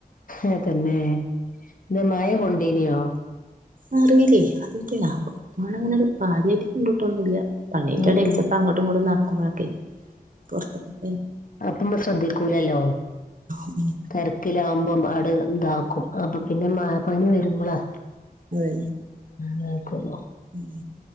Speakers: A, on the left; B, on the right.
A: ആ തന്നെ ഇത് മയ കൊണ്ടേനിയോ
B: അറിയില്ലേ അറിത്തില്ല <unintelligible> കൊണ്ടോട്ടൊന്നുല്ല പണീന്റെ
A: ഉം
B: ഇടേൽ
A: ഉം
B: ചിലപ്പ അങ്ങോട്ടും ഇങ്ങോട്ടും നടക്കുമ്പോഴൊക്കെ പുറത്തക്ക
A: അപ്പമ്മ ശ്രദ്ധിക്കൂലല്ലോ
B: ഉം
A: തെര കിലാമ്പം അടു ഇതാക്കും അപ്പൊ പിന്നെ മ പനി വരുമ്പോളാ
B: അതെ
A: ആ നോക്കുന്നോ
B: ഉം